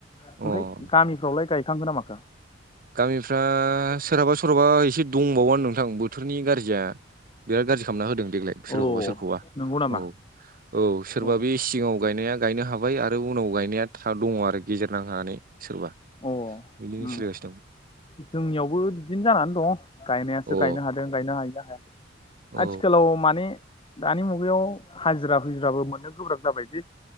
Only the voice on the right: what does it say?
अ
गामिफ्रा सोरहाबा सोरहाबा एसे दंबावानो नोंथां बोथोरनि गाज्रिया। बिराद गाज्रि खालामना होदों देग्लाय सोरखौबा
सोरखौबा
औ। औ सोरबा
बे सिगाङाव गायनाया गायनो हाबाय आरो उनाव गायनाया थ' दङ आरो गेजेर नां हांनानै। सोरबा
बिदिनो
सोलि।
औ
औ